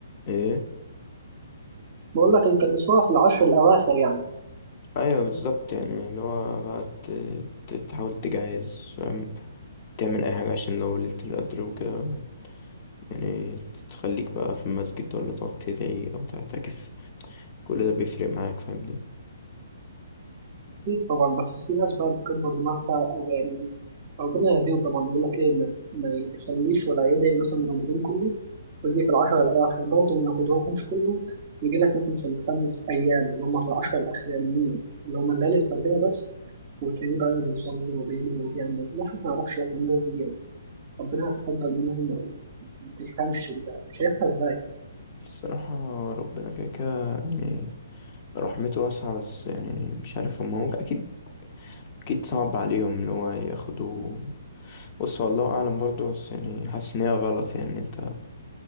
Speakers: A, on the left; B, on the right.
A: ايه
B: بقول لك التمسوها في العشر الأواخر يعني
A: ايوه بالظبط يعني اللي هو بقى ت- ت- تحاول تجهز فاهم تعمل اي حاجة عشان لو ليلة القدر وكده يعني تخليك بقى في المسجد ولا تقعد تدعي او تعتكف كل ده بيفرق معاك فاهمني
B: أكيد طبعا بس في ناس بقى بتكبر دماغها أو يعني ربنا يهديهم طبعا يقول لك إيه ما, ما يصليش ولا يدعي مثلا رمضان كله ويجي في العشر الأواخر برضه ما ياخدهمش كله يجي لك مثلا في الخمس أيام اللي هم في العشر الأخرانيين اللي هم الليالي الفردية بس وتلاقيه بقى بيصلي وبيدعي وبيعمل الواحد ما يعرفش في الناس دي يعني ربنا هيتقبل منهم ولا ما تفهمش أنت شايفها إزاي؟
A: الصراحة ربنا كده كده يعني رحمته واسعة بس يعني مش عارف هما هو أكيد أكيد صعب عليهم إن هو ياخدوا بص هو الله اعلم برضه بس يعني حاسس ان هي غلط يعني إن انت